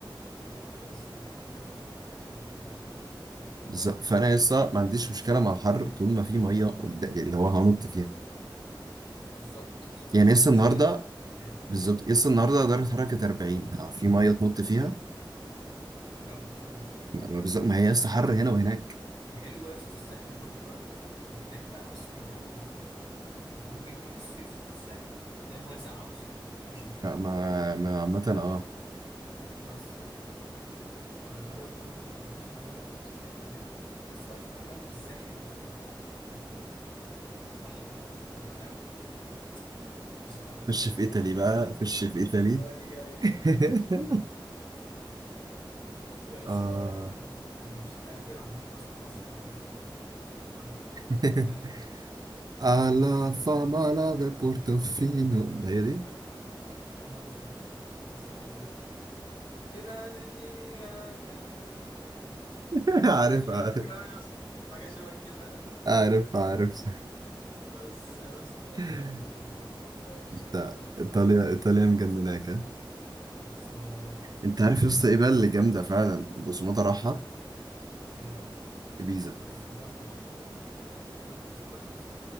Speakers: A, on the left; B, on the right.
A: كده كده يا اسطى والبلو لاجون بقى بنت لذينه البلو
B: بالظبط
A: لاجون
B: فانا لسه ما عنديش مشكله مع الحر طول ما في ميه قدام يعني اللي هو هنط فيها
A: بالظبط بالظبط أصلاً
B: يعني لسه
A: انت مش
B: النهارده
A: هتعرف تقيم يعني
B: بالظبط
A: فاهم
B: لسه النهارده درجه حراره كانت 40 ها، في ميه تنط فيها
A: ده مفيش مناطق فيها
B: ما ما بالظبط ما هي لسه حر هنا وهناك
A: <laughs> الحلو بقى يا اسطى في الساحل برضو بقى ان هناك بقى اصلا الجو اوريدي حلو فاهم انت ممكن تروح الصيف الساحل تلاقي المايه ساقعه اصلا ما تفهمش ازاي
B: ما ما ما- عامه اه
A: بس آه، فده برضو لذيذ شوية في في الساحل يعني بس بقى فك بقى من الساحل بقى و... و... والأحمر والدهب مش عارف إيه يا اسطى
B: خش
A: أنا عايز
B: في ايطالي
A: أطلع إيطاليا
B: بقى خش في ايطالي
A: إيطاليا يا
B: <laughs>
A: باشا يا اسطى
B: اه
A: بجد أنا مش قادر عمال بسمع أصلا أغنية إيطالي كده اسمها إيه؟
B: <laughs>
A: لا إيطاليان بجد
B: alla
A: يا اسطى
B: fama la ve portofino هي دي
A: <laughs> لا مش دي يا اسطى كان بيقول كده نشيل عندنا.
B: <laughs>
A: مش
B: عارف
A: فاكر
B: عارف
A: أوي يا اسطى حاجة شبه كده يعني.
B: عارف عارف
A: بس يا اسطى
B: <laughs>
A: بجد فايبس ايطاليا
B: ده
A: بقى
B: ايطاليا
A: فاهم
B: ايطاليا مجنناك
A: بالظبط
B: انت عارف يا اسطى ايه بقى اللي جامده فعلا بوسوماتا راحه
A: ايه بقى
B: ibiza
A: امستردام ولا ايه ده بس كنت رايح بيزا